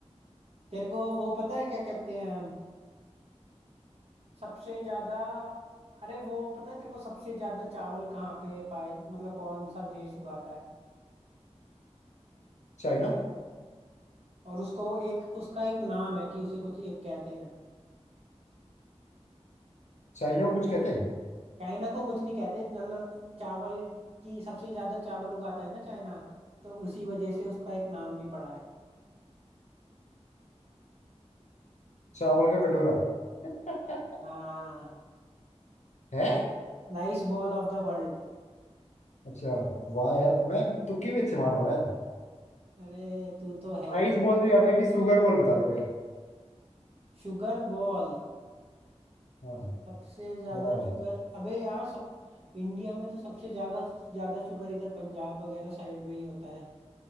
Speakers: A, on the right; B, on the left.
A: तेरे को वो पता है क्या कहते हैं सबसे ज्यादा अरे वो पता है तेरे को सबसे ज्यादा चावल कहाँ पे पाए मतलब कौन सा देश उगाता है
B: चाइना
A: और उसको एक उसका एक नाम है कि उसे कुछ एक कहते हैं
B: चाइना को कुछ कहते हैं
A: चाइना को कुछ नहीं कहते मतलब चावल की सबसे ज्यादा चावल उगाता है ना चाइना तो उसी वजह से उसका एक नाम भी पड़ा है
B: चावल का कटोरा <laughs>
A: हाँ
B: है
A: rice ball of the world
B: अच्छा वाह यार मैं तुक्के भी अच्छे मार रहा हूँ यार
A: अरे तू तो है ही
B: प्राइस बॉल तो याद है कि सुगर बॉल बता दे भाई
A: शुगर बॉल
B: हाँ
A: सबसे ज्यादा
B: बॉल
A: शुगर अबे यार सब इंडिया में तो सबसे ज्यादा ज्यादा शुगर इधर पंजाब वगैरह साइड में ही होता है